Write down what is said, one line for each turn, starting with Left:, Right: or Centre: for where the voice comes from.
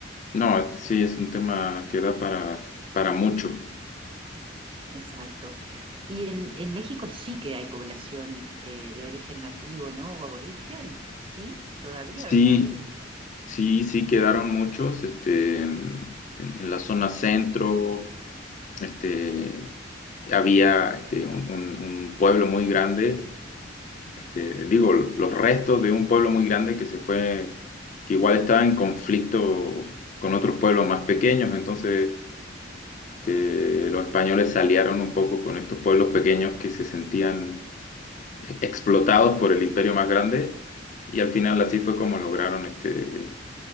Left: No, este sí es un tema que da para, para mucho.
Right: exacto. Y en, en México sí que hay población este, de origen nativo, ¿no? O aborigen, sí, todavía
Left: Sí,
Right: a ver, hay,
Left: sí, sí quedaron muchos, este, en, en la zona centro, este, había este, un, un- un pueblo muy grande, este, digo, los restos de un pueblo muy grande que se fue, que igual estaba en conflicto con otros pueblos más pequeños, entonces este, los españoles se aliaron un poco con estos pueblos pequeños que se sentían explotados por el imperio más grande y al final así fue como lograron este,